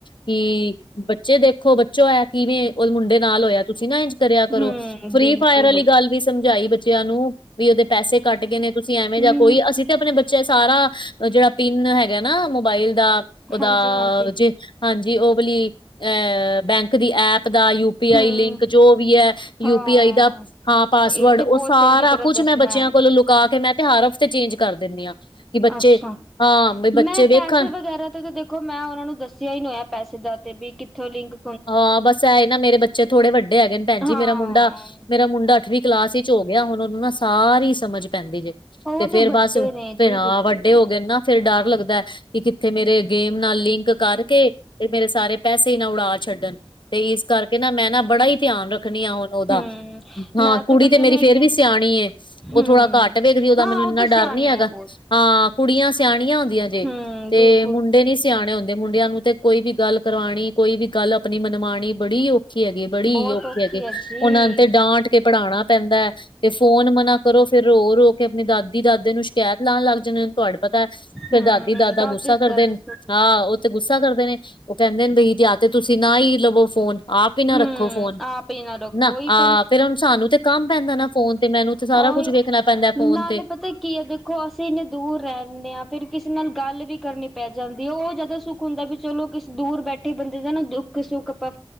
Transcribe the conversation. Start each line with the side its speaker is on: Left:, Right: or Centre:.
Left: ਕਿ। ਬੱਚੇ ਦੇਖੋ ਬੱਚੋ ਇਹ ਕਿਵੇਂ ਉਹ ਮੁੰਡੇ ਨਾਲ ਹੋਇਆ ਤੁਸੀਂ ਨਾ ਇੰਝ। ਕਰਿਆ ਕਰੋ
Centre: ਹਮ
Left: ਫਰੀ
Centre: ਬਿਲਕੁਲ
Left: ਫਾਇਰ ਵਾਲੀ ਗੱਲ ਵੀ ਸਮਝਾਈ ਬੱਚਿਆਂ ਨੂੰ। ਵੀ ਉਹਦੇ ਪੈਸੇ ਕੱਟ ਗਏ ਨੇ ਤੁਸੀਂ ਐਵੇਂ
Centre: ਹਮ
Left: ਜਾ ਕੋਈ ਅਸੀਂ ਤੇ ਆਪਣੇ ਬੱਚੇ ਸਾਰਾ, ਜਿਹੜਾ ਪਿੰਨ ਹੈਗਾ ਨਾ, ਮੋਬਾਇਲ ਦਾ, ਓਦਾ
Centre: ਹਾਂਜੀ ਹਾਂਜੀ
Left: ਜੇ ਹਾਂਜੀ। ਉਹ ਵਾਲੀ ਅਹ, ਬੈਂਕ ਦੀ ਐਪ ਦਾ, ਯੂ ਯ ਪੀ
Centre: ਹਮ
Left: ਆਈ ਲਿੰਕ, ਜੋ ਵੀ ਹੈ ਯੂ
Centre: ਹਾਂ
Left: ਪੀ ਆਈ ਦਾ ਹਾਂ, ਪਾਸਵਰਡ
Centre: ਇਹ ਤੇ
Left: ਉਹ
Centre: ਬਹੁਤ
Left: ਸਾਰਾ
Centre: ਚੰਗੀ ਤਰ੍ਹਾਂ
Left: ਕੁਛ
Centre: ਦੱਸਣਾ
Left: ਮੈਂ ਬੱਚਿਆਂ
Centre: ਹੈ
Left: ਕੋਲੋਂ ਲੁਕਾ ਕੇ ਮੈਂ ਤੇ ਹਰ ਹਫ਼ਤੇ ਚੇਂਜ ਕਰ ਦਿੰਦੀ ਹਾਂ। ਕਿ ਬੱਚੇ
Centre: ਅੱਛਾ।
Left: ਹਾਂ ਬਈ
Centre: ਮੈਂ
Left: ਬੱਚੇ ਵੇਖਣ
Centre: ਪੈਸੇ ਵਗੈਰਾ ਤੇ ਦੇਖੋ ਮੈਂ ਉਹਨਾਂ ਨੂੰ ਦੱਸਿਆ ਹੀ ਨਹੀਂ ਹੋਇਆ ਪੈਸੇ ਦਾ ਤੇ ਵੀ ਕਿੱਥੋਂ ਲਿੰਕਾ
Left: ਹਾਂ, ਬਸ ਹੈਏ ਨਾ ਮੇਰੇ ਬੱਚੇ ਥੋੜੇ ਵੱਡੇ ਹੈਗੇ ਨੇ ਭੈਣ ਜੀ
Centre: ਹਾਂ
Left: ਮੇਰਾ ਮੁੰਡਾ ਮੇਰਾ ਮੁੰਡਾ ਅੱਠਵੀਂ ਕਲਾਸ ਵਿੱਚ ਹੋ ਗਿਆ। ਹੁਣ ਉਹਨਾਂ ਨਾ ਸਾਰੀ ਸਮਝ ਪੈਂਦੀ ਜੇ।
Centre: ਉਹ
Left: ਤੇ ਫੇਰ
Centre: ਵੱਡੇ
Left: ਬਸ
Centre: ਨੇ
Left: ਭੈਣਾਂ
Centre: ਜੀ ਹੂੰ
Left: -ਵੱਡੇ ਹੋ ਗਏ ਨਾ। ਫੇਰ ਡਰ ਲੱਗਦਾ। ਕਿ ਕਿੱਥੇ ਮੇਰੇ ਗੇਮ ਨਾਲ ਲਿੰਕ ਕਰਕੇ ਤੇ ਮੇਰੇ ਸਾਰੇ ਪੈਸੇ ਨਾਲ ਉਡਾ ਛੱਡਣ ਤੇ। ਤੇ ਨਾ ਇਸ ਕਰਕੇ ਨਾ ਮੈਂ ਨਾ ਬੜਾ ਹੀ ਧਿਆਨ ਰਖਣੀ ਆ ਹੁਣ ਉਹਦਾ।
Centre: ਹੂੰ
Left: ਹਾਂ।
Centre: ਮੈਂ
Left: ਕੁੜੀ
Centre: ਬੱਚੇ
Left: ਤੇ ਮੇਰੀ
Centre: ਨੂੰ
Left: ਫੇਰ
Centre: ਇਹ
Left: ਵੀ ਸਿਆਣੀ ਉਹ
Centre: ਹੂੰ
Left: ਥੋੜਾ ਘੱਟ ਵੇਖਦੀ ਉਹਦਾ
Centre: ਹਾਂ
Left: ਮੈਨੂੰ ਇੰਨਾ
Centre: ਉਹ ਤੇ
Left: ਡਰ
Centre: ਸਿਆਣੇ
Left: ਨੀ ਹੈਗਾ।
Centre: ਆ ਬਹੁਤ
Left: ਹਾਂ। ਕੁੜੀਆਂ ਸਿਆਣੀਆਂ ਹੁੰਦੀਆਂ ਜੇ
Centre: ਹੂੰ
Left: ਤੇ
Centre: ਬਿਲਕੁਲ
Left: ਮੁੰਡੇ ਮੁੰਡੇ
Centre: ਬਿਲਕੁਲ
Left: ਨੀ ਸਿਆਣੇ ਹੁੰਦੇ। ਮੁੰਡਿਆਂ ਨੂੰ ਤੇ ਕੋਈ ਵੀ ਗੱਲ ਕਰਵਾਉਣੀ ਕੋਈ ਵੀ ਗੱਲ ਆਪਣੀ ਮਨਵਾਉਣੀ ਬੜੀ ਔਖੀ ਹੈਗੀ ਬੜੀ
Centre: ਬਹੁਤ
Left: ਔਖੇ
Centre: ਔਖੀ
Left: ਹੈਗੇ।
Centre: ਹੈ ਜੀ
Left: ਉਹਨਾ ਤੇ ਡਾਂਟ ਕੇ ਪੜ੍ਹਾਉਣਾ ਪੈਂਦਾ। ਤੇ ਫੋਨ ਮਨਾ ਕਰੋ ਫੇਰ ਰੋ- ਰੋ ਕੇ ਆਪਣੇ ਦਾਦੀ -ਦਾਦੇ ਨੂੰ ਸ਼ਿਕਾਇਤ ਲਾਉਣ ਲੱਗ ਜਾਣੇ। ਤੁਹਾਡੇ ਪਤਾ। ਫੇਰ
Centre: ਹੂੰ
Left: ਦਾਦੀ- ਦਾਦਾ
Centre: ਦਾਦੀ
Left: ਗੁੱਸਾ ਕਰਦੇ
Centre: ਦਾਦੀ
Left: ਨੇ ਹਾਂ। ਤੇ ਗੁੱਸਾ ਕਰਦੇ ਨੇ। ਉਹ ਕਹਿੰਦੇ ਨੇ ਬਈ ਜ ਆ ਤੇ ਤੁਸੀਂ ਨਾ ਹੀ ਲਵੋ ਫੋਨ। ਆਪ ਹੀ ਨਾ
Centre: ਹੂੰ
Left: ਰੱਖੋ ਫੋਨ।
Centre: ਆਪ ਹੀ ਰੱਖੋ
Left: ਨਾ
Centre: ਉਹੀ
Left: ਆਹ
Centre: ਤੇ
Left: ਫਿਰ ਹੁਣ ਸਾਨੂੰ ਤੇ ਕੰਮ ਪੈਂਦਾ ਨਾ ਫੋਨ। ਤੇ ਮੈਨੂੰ ਸਾਰਾ
Centre: ਉਹੀ
Left: ਕੁਝ ਵੇਖਣਾ ਪੈਂਦਾ ਫੋਨ
Centre: ਨਾਲੇ
Left: ਤੇ।
Centre: ਪਤਾ ਕੀ ਹੈ ਦੇਖੋ, ਅਸੀਂ ਇੰਨੇ ਦੂਰ ਰਹਿੰਦੇ ਹਾਂ ਫਿਰ ਕਿਸੇ ਨਾਲ ਗੱਲ ਵੀ ਕਰਨੀ ਪੈ ਜਾਂਦੀ ਹੈ ਉਹ ਜ਼ਿਆਦਾ ਸੁੱਖ ਹੁੰਦਾ ਵੀ ਚਲੋ ਕੁਛ ਦੂਰ ਬੈਠੇ ਬੰਦੇ ਦਾ ਨਾ ਦੁੱਖ- ਸੁੱਖ ਆਪਾਂ